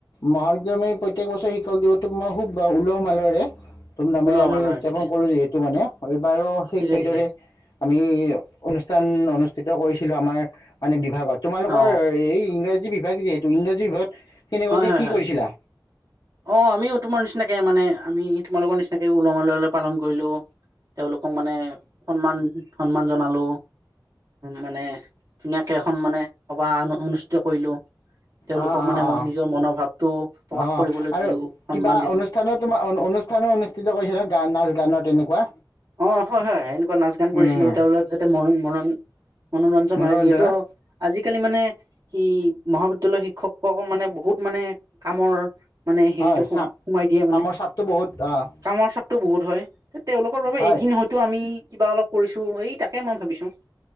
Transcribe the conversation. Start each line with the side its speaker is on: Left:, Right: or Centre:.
Left: মহাবিদ্যালয়ত প্ৰত্যক বছৰে শিক্ষক দিৱস মই খুব ওলহ মালহৰে ধুমধামে
Right: ওলোৱা
Left: আমি
Right: মাৰা
Left: উদযাপন
Right: ঠিকে
Left: কৰো যিহেতু মানে, এইবাৰো ঠিক
Right: ঠিকে
Left: সেইদৰে
Right: ঠিকে
Left: আমি অনুষ্ঠান অনুষ্ঠিত কৰিছিলো আমাৰ মানে বিভাগত। তোমালোকৰ
Right: অ
Left: ইংৰাজী বিভাগ যিহেতু ইংৰা যি ঘৰত কেনেকুৱাকে
Right: হয় হয়
Left: কি
Right: হয়
Left: কৰিছিলা?
Right: অ আমিও তোমাৰ নিচিনাকে মানে আমি তোমালোকৰ নি তাক উলহ মালহেৰে পালন কৰিলো। তেওঁলোকক মানে সন্মান সন্মান জনালোঁ, মানে ধুনীয়াকৈ এখন মানে সভা অনুষ্ঠিত কৰিলো, তেওঁওলোকক
Left: অঁ অঁ
Right: মানে মোৰ
Left: অঁ
Right: নিজৰ মনৰ ভাৱটো প্ৰকাশ
Left: অ
Right: কৰিবলৈ
Left: আৰু
Right: দিলো সন্মান
Left: কিবা
Right: দিলো
Left: অনুষ্ঠানো তোমাৰ অনু অনুষ্ঠানো অনুষ্ঠিত কৰিছে ন গা নাচ গানত তেনেকুৱা।
Right: অ হয় হয় এনেকুৱা নাচ গান কৰিছিলো
Left: উম,
Right: তেওঁলোকক যাতে ম ম মনোৰঞ্জন
Left: মনোৰঞ্জনৰ।
Right: হয় যিহেতু আজি আজিকালি মানে ই মহাবিদ্যালয় শিক্ষক মানে বহুত মানে কামৰ। মানে হেৰিটো
Left: হয়, চাপ
Right: সোমাই দিয়ে মানে
Left: কামৰ চাপটো বহুত অ',
Right: কামৰ চাপটো বহুত হয় তেওঁলোক বাবে
Left: হয়।
Right: এদিন হয়তো আমি আমি কিবা অলপ কৰিছো এই তাকে মই ভাবিছো।